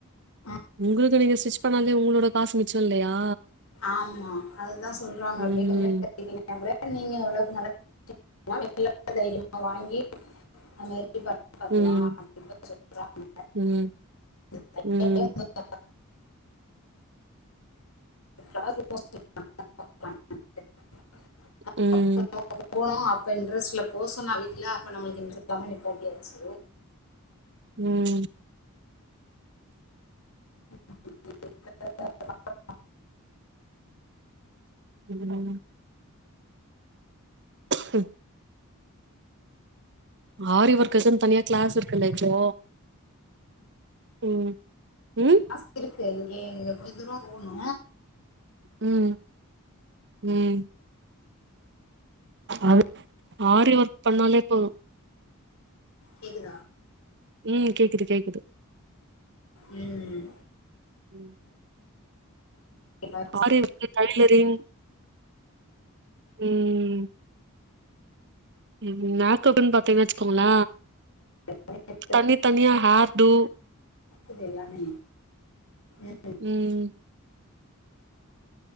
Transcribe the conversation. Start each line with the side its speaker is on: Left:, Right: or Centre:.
Left: ஆ
Right: உங்களுக்கு நீங்க ஸ்டிச் ப்பனாலே உங்களோட காஸ் மிச்சோ இல்லையா
Left: ஆமா அதுதா சொல்றாங்க
Right: ம்.
Left: அப்டே கொஞ்சோ கட்டிக்கினு அப்ரே நீங்க ஓரளவுக்கு நல்லா <unintelligible> தைரியமா வாங்கி அமேரிபா பாக்கலா
Right: ம்.
Left: <unintelligible> சொல்றாங்க
Right: ம்.
Left: <unintelligible>
Right: ம்.
Left: காசு <unintelligible> <unintelligible>
Right: ம்.
Left: போனோ அப்ப இன்ரெஸ் லவ் போசொன்னா வீட்ல அப்ப நம்மளுக் <unintelligible> நிப்பாட்டியாச்சு
Right: ம்
Left: <inaudible>
Right: ம் ம் ஆரி ஒர்க்ஸ்னு தனியா கிளாஸ் இருக்குல இப்போ ம், ம்
Left: ஆச இருக்கு இங்க இங்க கொஞ்ச தூரம் போணு
Right: ம், ம் அது ஆரி ஒர்க் பண்ணாலே இப்போ
Left: கேக்குதா
Right: ம் கேக்குது கேக்குது
Left: ம்
Right: ம்.
Left: <inaudible>
Right: ஆரி ஓர்க் டைலரிங், ம் ம், மேக்கப்புனு பாத்தீங்கனா வச்சுக்கோங்கள
Left: கொஞ்ச
Right: தனி தனியா ஹேர் டூ
Left: இது எல்லாமே, ம்
Right: ம்